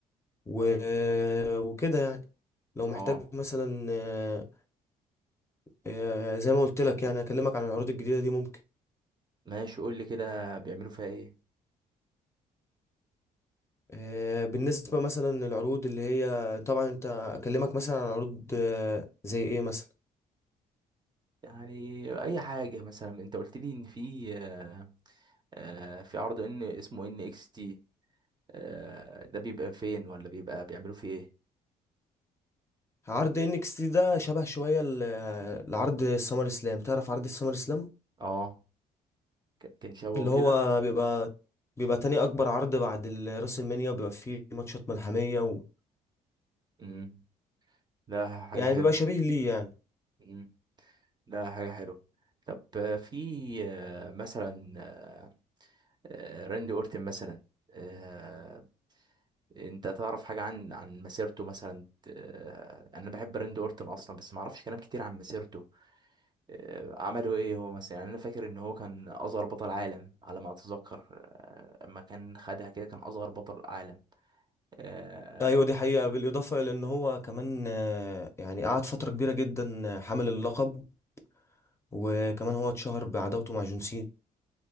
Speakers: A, on the left (about 20°); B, on the right (about 30°).
A: و... آه، وكده يعني لو محتاج
B: اه
A: مثلا آه، آه، زي ما قلت لك يعني اكلمك عن العروض الجديده دي ممكن
B: ماشي قول لي كده بيعملوا فيها ايه
A: آه، بالنسبه مثلا للعروض اللي هي طبعا انت اكلمك مثلا عن عروض آه، زي ايه مثلا
B: يعني اي حاجه مثلا انت قلت لي ان في آه، آه، في عرض ان اسمه ان اكس تي آه، ده بيبقى فين ولا بيبقى بيعملوا فيه ايه
A: عرض انكس تي ده شبه شويه ل- لعرض السمر اسلام تعرف عرض السمر اسلام
B: اه ك- كان شبهه
A: اللي
B: كده
A: هو بيبقى بيبقى تاني اكبر عرض بعد ال- راس المنيا وبيبقى فيه ماتشات ملحميه و...
B: امم ده حاجة
A: يعني
B: حلوة
A: بيبقى شبيه ليه يعني
B: امم ده حاجة حلوة طب آه، في آه، مثلا آه، آه، راندي اورتن مثلا آه، انت تعرف حاجة عن عن مسيرته مثلا آه، انا بحب راندي اورتن اصلا بس ما اعرفش كلام كتير عن مسيرته آه، عمله ايه هو مثلا يعني انا فاكر ان هو كان اصغر بطل عالم على ما اتذكر آه، اما كان خدها كده كان اصغر بطل عالم آه،
A: ايوه دي حقيقه بالاضافه الى ان هو كمان آه، يعني قعد فتره كبيره جدا آه، حامل اللقب وكمان هو اتشهر بعداوته مع جون سينا